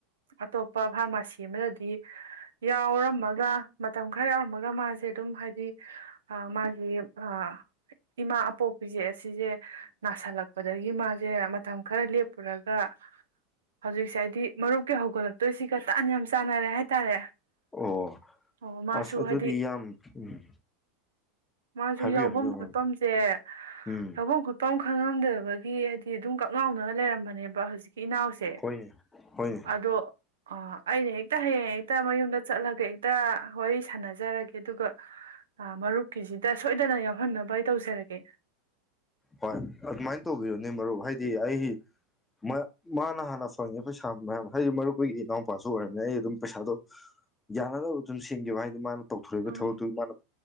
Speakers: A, on the right; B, on the left.
A: ꯑꯇꯣꯞꯄ ꯐꯥꯔꯃꯁꯤ ꯑꯃꯗꯗꯤ ꯌꯥꯎꯔꯝꯃꯒ ꯃꯇꯝ ꯈꯔ ꯌꯥꯎꯔꯝꯃꯒ ꯃꯥꯁꯦ ꯑꯗꯨꯝ ꯍꯥꯏꯗꯤ ꯑꯥ ꯃꯥꯒꯤ ꯑꯥ ꯏꯃꯥ ꯑꯄꯣꯛ ꯕꯤꯖꯤꯑꯦꯁ ꯁꯤꯁꯦ ꯅꯥꯁꯜꯂꯛ ꯑꯗꯒꯤ ꯃꯥꯁꯦ ꯃꯇꯝ ꯈꯔ ꯂꯦꯞꯄꯨꯔꯒ ꯍꯧꯖꯤꯛꯁꯦ ꯍꯥꯏꯗꯤ ꯃꯔꯨꯞꯀꯤ ꯍꯧꯒꯠꯂꯛꯇꯣꯏꯁꯤꯒ ꯇꯥꯟ ꯌꯥꯝ ꯆꯥꯟꯅꯔꯦ ꯍꯥꯏꯇꯥꯔꯦ
B: ꯑꯣ
A: ꯑꯣ ꯃꯥꯁꯨ
B: ꯑꯁ ꯑꯗꯨꯗꯤ
A: ꯍꯥꯏꯗꯤ
B: ꯌꯥꯝ ꯎꯝ
A: ꯃꯥꯁꯨ
B: ꯍꯥꯏꯕꯤꯌꯨ
A: ꯌꯥꯎꯐꯝ
B: ꯍꯥꯏꯕꯤꯌꯨ
A: ꯈꯣꯠꯐꯝꯁꯦ
B: ꯎꯝ
A: ꯁꯃꯨꯡ ꯄꯪꯪꯡ ꯇꯨꯈꯝꯗꯕꯒꯤ ꯑꯗꯨꯝ ꯀꯛꯉꯥꯎꯅ ꯂꯩꯔꯝꯕꯅꯦꯕ ꯍꯧꯖꯤꯛꯀꯤ ꯏꯅꯥꯎꯁꯦ
B: ꯍꯣꯏꯅꯦ ꯍꯣꯏꯅꯦ
A: ꯑꯗꯣ ꯑꯥ ꯑꯩꯅ ꯍꯦꯛꯇ ꯍꯥꯌꯦꯡ ꯍꯦꯛꯇ ꯃꯌꯨꯝꯗ ꯆꯠꯂꯒ ꯇ ꯋꯥꯔꯤ ꯁꯥꯟꯅꯖꯔꯒꯦ ꯑꯗꯨꯒ ꯃꯔꯨꯞꯀꯤꯁꯤꯗ ꯁꯣꯏꯗꯅ ꯌꯥꯎꯍꯟꯅꯕ ꯇꯧꯖꯔꯒꯦ
B: ꯍꯣꯏ ꯑꯗꯨꯃꯥꯏꯅ ꯇꯧꯕꯤꯔꯣꯅꯦ ꯃꯔꯨꯞ ꯍꯥꯏꯗꯤ ꯑꯩ ꯃꯥꯅ ꯃꯥꯅ ꯍꯥꯟꯅ ꯐꯪꯉꯩ ꯄꯩꯁꯥ ꯃꯌꯥꯝ ꯍꯥꯏꯗꯤ ꯃꯔꯨꯞꯈꯣꯒꯤ ꯏꯅꯥꯎꯄꯥꯁꯨ ꯑꯣꯏꯔꯅꯤꯅ ꯑꯩ ꯑꯗꯨꯝ ꯄꯩꯁꯥꯗꯣ ꯌꯥꯅꯅꯕ ꯑꯗꯨꯝ ꯁꯦꯟꯒꯦꯕ ꯍꯥꯏꯗꯤ ꯃꯥꯅ ꯇꯧꯊꯣꯔꯛꯏꯕ
A: ꯑꯥ
B: ꯊꯕꯛꯇꯨꯒꯤ ꯃꯥꯅ